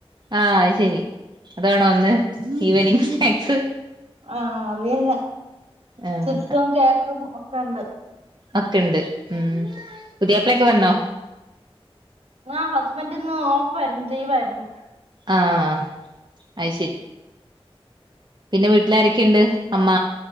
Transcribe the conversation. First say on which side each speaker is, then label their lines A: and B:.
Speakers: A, on the right; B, on the right.
A: ആഹ അത് ശെരി അതാണോ ഒന്ന് ഈവനിങ് സ്നാക്സ്.
B: ആഹ അറില്ല
A: ആഹ്
B: ചിപ്സും കേക്കും ഒക്കെ ഇണ്ട്.
A: ഒക്കെുണ്ട് ഉം പുതിയപ്പളൊക്കെ വന്നോ?
B: ആ ഹസ്ബൻഡന്ന് ഓഫയിരുന്നു ലിവായിരുന്നു.
A: ആഹ അയി ശരി. പിന്നെ വീട്ടിലാരൊക്കെയുണ്ട്? അമ്മ